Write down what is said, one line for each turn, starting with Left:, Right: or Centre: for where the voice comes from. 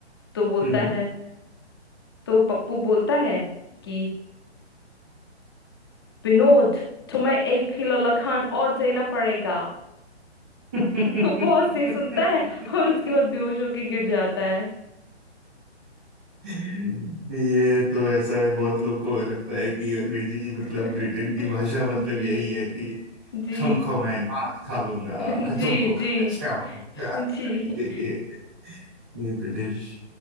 Left: तो बोलता
Centre: हम्म, हम्म, हम्म।
Left: है तो पप्पू बोलता है कि विनोद तुम्हें एक किलो लखान और देना पड़ेगा
Centre: <laughs>
Left: <laughs> वो बहुत से सुनता है और उसके बाद बेहोश होके गिर जाता है
Centre: ये तो ऐसा है बहुत लोग को लगता है कि अंग्रेजी मतलब
Left: <laughs>
Centre: ब्रिटेन की भाषा मतलब
Left: जी
Centre: यही है कि
Left: जी
Centre: तुमको मैं मार खा लूंगा
Left: <laughs> जी
Centre: तुमको
Left: जी
Centre: खा जाऊंगा
Left: <laughs> जी
Centre: <laughs> ये ब्रिटिश